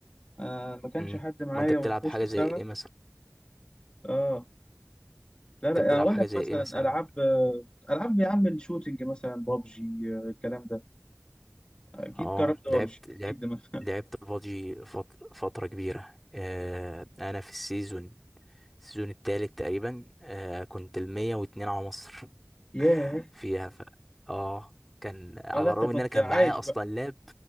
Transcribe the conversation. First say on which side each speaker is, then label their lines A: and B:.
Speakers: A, on the left (about 20°); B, in the centre.
A: آه ما كانش
B: امم
A: حد معايا
B: ما انت بتلعب
A: ونخش
B: حاجه زي
A: سوا
B: ايه مثلا
A: اه لا
B: انت
A: لا
B: بتلعب
A: اقول
B: حاجه
A: لك
B: زي
A: مثلا
B: ايه مثلا
A: العاب آه، العاب يا عم الشوتينج مثلا بابجي آه، الكلام ده اكيد
B: اه
A: جربت بابجي
B: لعبت لعبت
A: اكيد ما- <laughs>
B: لعبت بابجي فت- فترة كبيرة آه انا في السيزون السيزون التالت تقريبا آه كنت المية واتنين على مصر
A: ياه
B: <laughs> فيها ف... اه كان على
A: اه ده انت
B: الرغم
A: كنت
B: ان انا كان
A: عايش
B: معايا اصلا
A: بقى
B: لاب